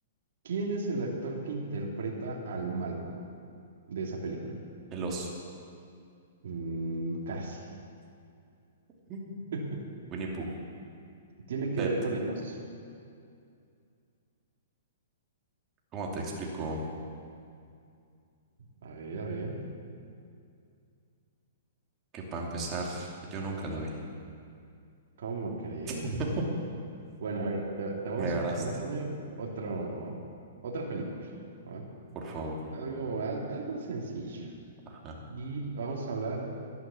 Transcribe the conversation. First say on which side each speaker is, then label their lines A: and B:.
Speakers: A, on the right (about 70°); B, on the right (about 25°).
A: ¿Quién es el actor que interpreta al malo de esa película?
B: El oso.
A: Mm, casi.
B: Mm.
A: <laughs>
B: Winnie Pooh.
A: Tiene que
B: Ted,
A: ver con el oso.
B: ¿cómo te explico?
A: A ver, a ver,
B: Que para empezar, yo nunca la vi.
A: ¿cómo crees?
B: <laughs>
A: Bueno, a ver, te, te vamos
B: Me ganaste,
A: a, te voy a poner otro, otra película, ¿va?
B: por favor.
A: Algo, al- algo sencillo.
B: Ajá.
A: Y vamos a hablar,